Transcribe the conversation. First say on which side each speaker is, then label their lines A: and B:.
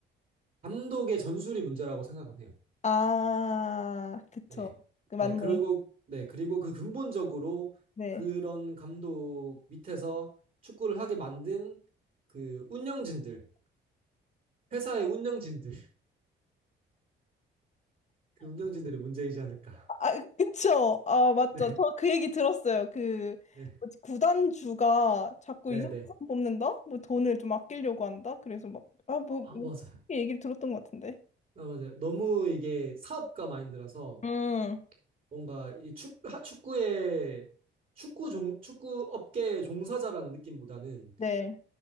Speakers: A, on the right (about 45°); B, on the left (about 35°).
A: 감독의 전술이 문제라고 생각은 해요.
B: 아, 그쵸.
A: 네.
B: 그
A: 네,
B: 맞네.
A: 그리고, 네, 그리고 그 근본적으로
B: 네.
A: 그런 감독 밑에서 축구를 하게 만든 그 운영진들, 회사의 운영진들, <laughs> 그 운영진들이 문제이지 않을까.
B: 아, 아, 그쵸. 아, 맞죠.
A: 네.
B: 저 그 얘기 들었어요. 그,
A: 네,
B: 뭐지, 구단주가 자꾸
A: 네,
B: 이상한
A: 네.
B: 사람 뽑는다? 뭐 돈을 좀 아끼려고 한다? 그래서 막, 아, 뭐,
A: 어,
B: 뭐
A: 아, 맞아요.
B: 이렇게 얘기를 들었던 것 같은데.
A: 아, 맞아요. 너무 이게 사업가 마인드라서
B: 음,
A: 뭔가 이 축, 하- 축구의 축구 종, 축구 업계의 종사자라는 느낌보다는
B: 네.